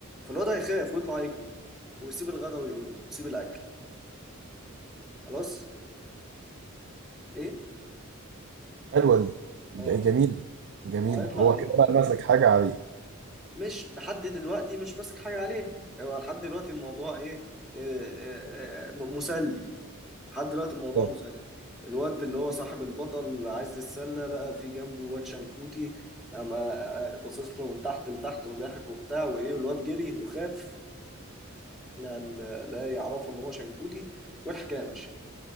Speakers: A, in the centre; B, on the right.
A: فالواد هيخاف ويطلع يجري ويسيب الغدا ويقوم ويسيب الأكل خلاص ايه
B: حلوه دي ج-
A: اه
B: جميله جميله
A: وهيطلع
B: هو
A: يجري
B: كده بقى ماسك حاجه عليه
A: مش لحد دلوقتي مش ماسك حاجة عليه هو لحد دلوقتي الموضوع ايه إيه، إيه، إيه، مسلي لحد دلوقتي الموضوع
B: اه
A: مسلي الواد اللي هو صاحب البطل عايز السلة لقى في جنبه واد شنكوتي اما بصص له من تحت لتحت وضحك وبتاع وايه والواد جري وخاف لا لا يعرفوا ان هو شنكوتي والحكايه ماشيه